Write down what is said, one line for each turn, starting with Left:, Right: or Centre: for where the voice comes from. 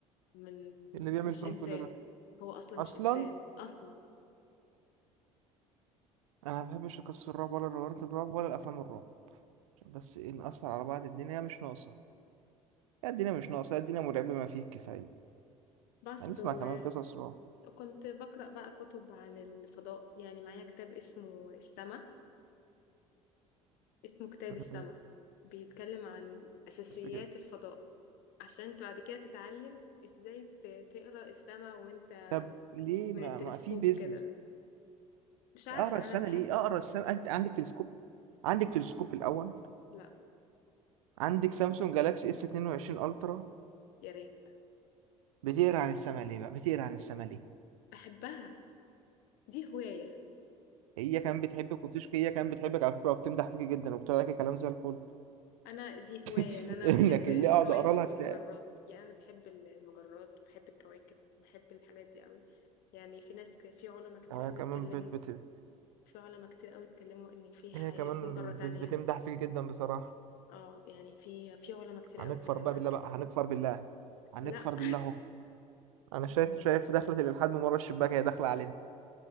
Left: من
Right: اللي بيعمل
Left: مش
Right: فيهم
Left: إنسان
Right: كل ده
Left: هو أصلا
Right: اصلا
Left: مش إنسان أصلا
Right: انا ما بحبش قصص الرعب ولا روايات الرعب ولا الافلام الرعب عشان بس ايه نأثر على بعض الدنيا مش ناقصه يا الدنيا مش ناقصه يا الدنيا مرعبه ما فيه الكفايه
Left: بس
Right: هنسمع
Left: و-
Right: كمان قصص رعب
Left: وكنت بقرأ بقى كتب عن الفضاء يعني معايا كتاب اسمه السماء اسمه كتاب
Right: مم.
Left: السماء بيتكلم عن أساسيات
Right: بس كده
Left: الفضاء عشان انت بعد كده تتعلم ازاي ت- تقرأ السماء وانت
Right: طب ليه
Left: من
Right: ما,
Left: التلسكوب
Right: ما في بيزنس
Left: وكده مش عارفة
Right: اقرا السنه
Left: انا بحب
Right: ليه اقرا السنه انت عندك تلسكوب عندك تلسكوب الاول
Left: لا
Right: عندك سامسونج جالاكسي اس 22 الترا
Left: يا ريت
Right: بتقرا عن السما ليه بقى بتقرا عن السما ليه
Left: بحبها دي هواية
Right: هي كمان بتحبك وبتشكي هي كمان بتحبك على فكره وبتمدح فيك جدا وبتقول لك كلام زي الفل
Left: انا دي هواية
Right: <laughs>
Left: ان انا
Right: انك
Left: بحب الكواكب
Right: اللي اقعد اقرا لها
Left: والمجرات
Right: كتاب
Left: يعني انا بحب ال- المجرات بحب الكواكب بحب الحاجات دي قوي يعني في ناس ك- في علماء كتير
Right: أنا
Left: قوي
Right: كمان
Left: اتكلموا
Right: بت بت
Left: في علماء كتير قوي اتكلموا ان في
Right: هي
Left: حياة
Right: كمان
Left: في مجرة تانية
Right: بت- بتمدح فيك جدا بصراحة
Left: اه يعني في في علماء كتير
Right: هنكفر
Left: قوي اتكلموا
Right: بقى
Left: عن
Right: بالله
Left: كده
Right: بقى هنكفر بالله هنكفر
Left: لا
Right: بالله اهو انا شايف شايف دخلة الالحاد من ورا الشباك هي داخلة علينا